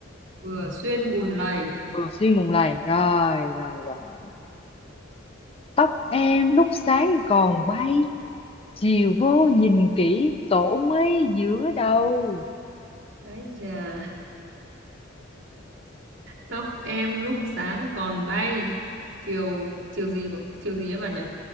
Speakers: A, on the right; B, on the left.
A: Vừa xuyên bùn lầy.
B: ừ, xuyên bùng lầy rồi rồi rồi rồi tóc em lúc sáng còn bay chiều vô nhìn kỹ tổ mây giữa đầu
A: Đấy chà, tóc em lúc sáng còn bay. Chiều chiều gì chiều gì ấy bà nhỉ?